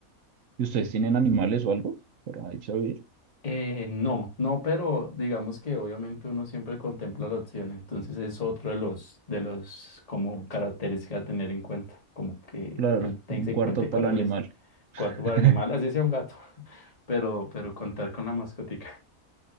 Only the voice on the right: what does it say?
¿y ¿ustedes tienen animales o algo? Para irse a vivir.
Claro,
un
cuarto
para el
animal.
<laughs>